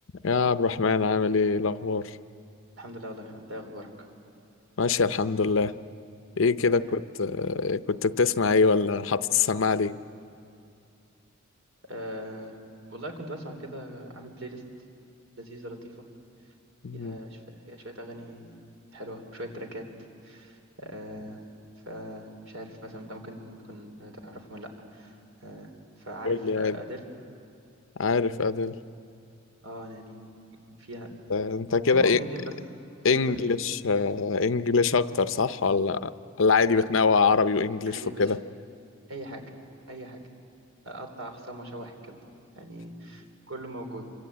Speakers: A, on the left (about 75°); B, on the right (about 85°).
A: يا عبد الرحمن عامل ايه الاخبار
B: الحمد لله والله يا محمد انت ايه اخبارك
A: ماشي الحمد لله ايه
B: دايما
A: كده كنت
B: يا حبيبي
A: آه، كنت بتسمع ايه ولا حاطط السماعه ليه
B: أه والله كنت بسمع كده عامل بلاي ليست لذيذه لطيفه
A: مم،
B: فيها شف... فيها شويه اغاني حلوه شويه تراكات أه فمش عارف مثلا انت ممكن تكون تعرفهم ولا لا أه فعارف
A: قول لي عادي
B: اديل
A: عارف ادل
B: اه أنا يعني فيها
A: انت أنت كده
B: ام
A: ايه
B: اغنيتين بس لسه
A: انجلش
B: ليها
A: آه، انجلش اكتر صح ولا ولا عادي
B: لا
A: بتنوع عربي وانجلش
B: عادي يا
A: وكده
B: باشا اي حاجه اي حاجه اقطع اخصام واشوح الكبد يعني كله موجود